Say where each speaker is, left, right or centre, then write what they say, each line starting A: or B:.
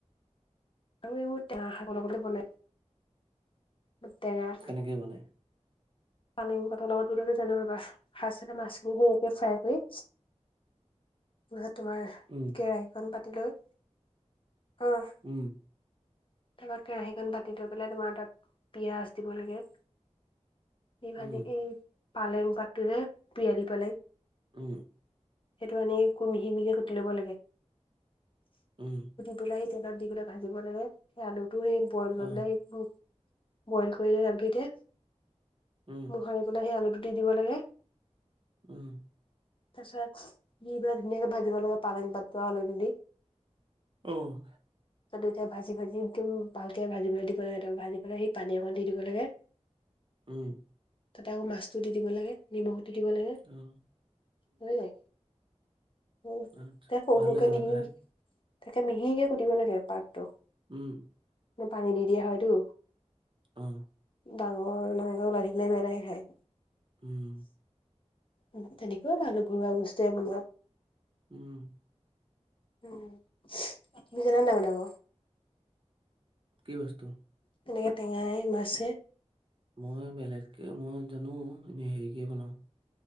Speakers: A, on the left (about 45°); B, on the right (about 45°).
A: আৰু এইবোৰ টেঙা শাকৰ লগতে বনাই। টেঙা
B: কেনেকে বনাই?
A: পালেং পাতৰ লগত <unintelligible> সাজ থকা মাছখিনি সেই একে ফ্ৰাই কৰি। তাৰপিছত তোমাৰ,
B: উম,
A: কেৰাহীখন পাতি লৈ। অঁহ',।
B: উমঁ।
A: তাৰপৰা কেৰাহীখন পাতি লৈ পেলাই তোমাৰ তাত, পিয়াজ দিব লাগে। এই ভাজি,
B: উম,
A: এই পালেং পাতটো যে পিয়ালি পালেং।
B: উমঁ।
A: সেইটো আনি একো মিহি মিহিকে কুটি ল'ব লাগে।
B: উমঁ।
A: বিলাহী তেলত দি পেলাই ভাজিব লাগে, সেই আলুটো সেই বইল কৰি
B: অ',
A: পেলাই সেই, উমঁ। বইল কৰি লৈ আলু কেইটা,
B: উম,
A: মোহাৰি পেলাই সেই আলুটো দি দিব লাগে।
B: উম।
A: তাৰপিছত, দি পেলাই ধুনীয়াকে ভাজিব লাগে পালেং পাতটো আলুটো দি।
B: অঁহ',।
A: তাৰপিছত দুইটাই ভাজি ভাজি একদম ভালকে ভাজিবলৈ দিব লাগে তাৰপৰা ভাজি পেলাই সেই পানী অকণ দি দিব লাগে।
B: উমঁ।
A: তাতে আকৌ মাছটো দি দিব লাগে, নিমখ দি দিব লাগে।
B: উমঁ।
A: বুজিলি? উম,
B: আচ্ছা,
A: তে সৰু
B: ভাল
A: সৰুকে
B: লাগে
A: মিহি,
B: ন' খাই?
A: তাকে মিহিকে কুটিব লাগে পাতটো।
B: উমঁ।
A: মানে পানী দি দিয়া হয়টো।
B: উম।
A: ডাঙৰ-ডাঙৰ কে ওলাই থাকিলে বেয়া লাগে খাই।
B: উম,
A: উম তেনেকে। বৰ ভাল ঘৰুৱা বস্তুৱে বনোৱা।
B: উমঁ।
A: উম, তুমি জানা নে নাই বনাব?
B: কি বস্তু?
A: তেনেকে টেঙাই মাছে?
B: মই বেলেগকে মই জানো এনেই হেৰিকে বনাও।